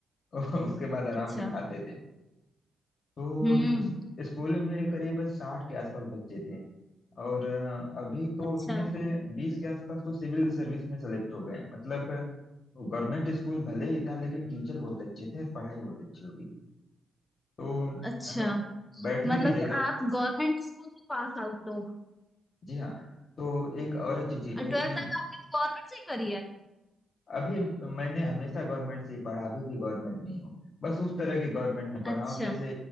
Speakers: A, on the left (about 60°); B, on the left (about 20°).
A: और <laughs> उसके बाद आराम
B: अच्छा
A: से खाते थे तो
B: हम्म
A: इस- स्कूल में मेरे करीब साठ के आसपास बच्चे थे और अ, अभी तो
B: अच्छा
A: उसमें से बीस के आसपास तो सिविल सर्विस में सेलेक्ट हो गए हैं। मतलब गवर्नमेंट स्कूल भले ही था लेकिन टीचर बहुत अच्छे थे और पढ़ाई बहुत अच्छी होती थी तो
B: अच्छा
A: अ, बैठने
B: मतलब
A: की जगह
B: कि आप गवर्नमेंट स्कूल से पास आउट हो
A: जी हाँ तो एक और अच्छी चीज
B: और
A: है
B: ट्वेल्थ
A: कि
B: तक आपने गवर्नमेंट से ही करी है
A: अभी मैंने हमेशा गवर्नमेंट से ही पढ़ा अभी भी गवर्नमेंट में ही हूँ बस उस तरह के गवर्नमेंट में पढ़ा
B: अच्छा
A: हूँ जैसे